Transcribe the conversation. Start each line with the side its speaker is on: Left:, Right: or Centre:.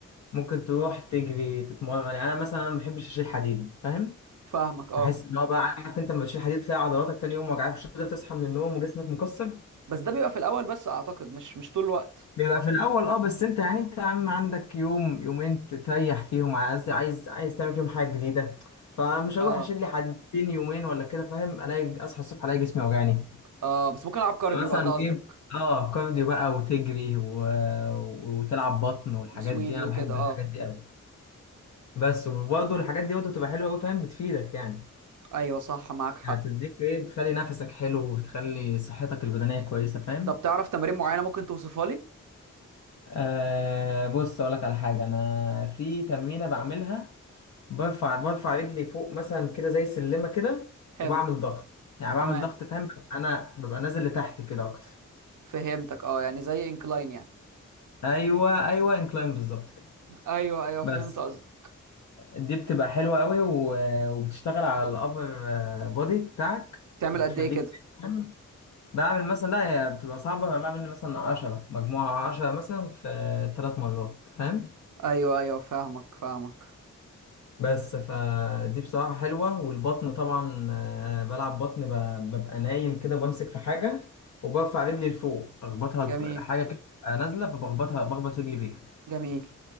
Left: ممكن تروح تجري تتمرن يعني انا مثلا أنا ما بحبش اشيل حديد فاهم
Right: فاهمك اه
Left: احس ان هو بقى عارف انت لما بتشيل حديد تلاقي عضلاتك تاني يوم وجعك مش قادر تصحى من النوم وجسمك مكسر
Right: بس ده بيبقى في الاول بس اعتقد مش مش طول الوقت
Left: بيبقى في الاول اه بس انت يعني انت يا عم عندك يوم يومين تريح فيهم عايز عايز عايز تعمل فيهم حاجه جديده فمش هروح
Right: اه
Left: اشيل لي حدتين يومين ولا كده فاهم الاقي اصحى الصبح الاقي جسمي وجعني
Right: اه بس ممكن العب كارديو
Left: مثلا
Right: بقى ده قصدك
Left: ايه اه كارديو بقى وتجري و... وتلعب بطن والحاجات
Right: وسويدي
Left: دي انا
Right: وكده
Left: بحب الحاجات
Right: اه
Left: دي قوي بس وبرضه الحاجات دي برضه بتبقى حلوه قوي فاهم بتفيدك يعني
Right: ايوه صح معاك حق
Left: يعني بتديك ايه بتخلي نفسك حلو وبتخلي صحتك البدنيه كويسه فاهم
Right: طب تعرف تمارين معينة ممكن توصفها لي
Left: آه بص اقول لك على حاجه انا في تمرينه بعملها برفع برفع رجلي فوق مثلا كده زي سلمة كده
Right: حلو
Left: وبعمل ضغط يعني بعمل
Right: تمام
Left: ضغط فاهم ببقى انا ببقى نازل لتحت كده اكتر
Right: فهمتك اه يعني زي انكلاين يعني
Left: ايوه ايوه انكلاين بالظبط كده
Right: ايوه ايوه
Left: بس
Right: فهمت قصدك
Left: دي بتبقى حلوة قوي و- وبتشتغل على الابر بودي بتاعك
Right: تعمل
Left: بتخليك
Right: قد ايه كده
Left: فاهم؟ بعمل مثلا لا هي بتبقى صعبة أنا بعمل مثلا 10 مجموعة 10 مثلا في ثلاث مرات فاهم
Right: ايوه ايوه فاهمك فاهمك
Left: بس فدي بصراحة حلوة والبطن طبعا آه، بلعب بطن ب- ببقى نايم كده وبمسك في حاجة وبرفع رجلي لفوق أخبطها
Right: جميل
Left: لف... حاجة كده بتبقى نازلة فبخبطها بخبط رجلي بيها
Right: جميل